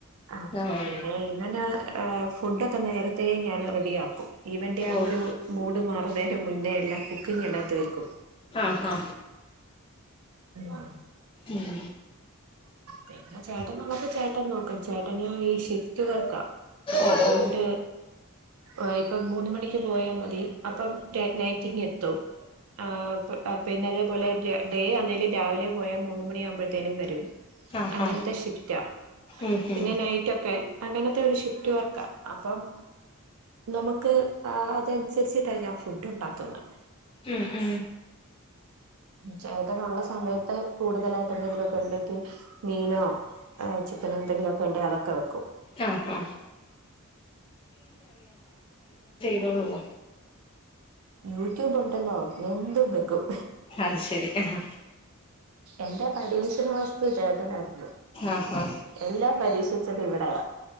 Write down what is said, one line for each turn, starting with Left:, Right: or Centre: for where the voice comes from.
Right: ആ
Left: ആഹ്
Right: പിന്നെ ഇവന് ആഹ് ഫുഡൊക്കെ നേരത്തേ ഞാൻ റെഡിയാക്കും ഇവന്റെ ആ
Left: ഓഹ്
Right: ഒരു മൂഡ് മാറുന്നതിന്റെ മുന്നേ എല്ലാം കുക്കിങ് എല്ലാം തീർക്കും
Left: ആഹാ
Right: ആ
Left: ഉം
Right: പിന്നെ ചേട്ടനുള്ളപ്പോ ചേട്ടൻ നോക്കും ചേട്ടന് ഈ ഷി പ്പ് വർക്കാ അപ്പൊ
Left: ഓഹ്
Right: അതുകൊണ്ട്
Left: ഓഹ്
Right: ആയി ഇപ്പ മൂന്ന് മണിക്ക് പോയാൽ മതി അപ്പം നൈ റ്റിങേത്തു ആ പിന്ന അതേപോലെ ഡേ അതേലേ രാവിലെ പോയാൽ മൂന്ന് മണിയാവുമ്പോഴത്തേനും വരും
Left: ആഹാ
Right: അങ്ങനത്തെ ഷിഫ്റ്റാ
Left: ഉം
Right: പിന്നെ
Left: ഉം
Right: നൈറ്റ് ഒക്കെ അങ്ങനത്തെ ഒരു ഷിഫ്റ്റ് വ അപ്പം നമുക്ക് അതനുസരിച്ചിട്ടാണ് ഞാൻ ഫുഡ് ഉണ്ടാക്കുന്നത്
Left: ഉം ഉം
Right: ചേട്ടനുള്ള സമയത്ത് കൂടുതലായിട്ട് എന്തെങ്കിലുമൊക്കെ ഉണ്ടെങ്കിൽ മീനോ ചിക്കനോ എന്തെങ്കിലുമൊക്കെ വെക്കും
Left: ആഹ് ആഹ് ൻ്റളുവ
Right: യറ്റൂബ് ഉണ്ടല്ലോ എന്തും പെകും
Left: അത് ശരി ആഹ്
Right: എന്റെ പരീക്ഷക സുജേട്ടനായിരുന്നു
Left: ആഹാ
Right: എല്ലാ പരീക്ഷ ഉച്ചക്ക് ഇവിടെവാ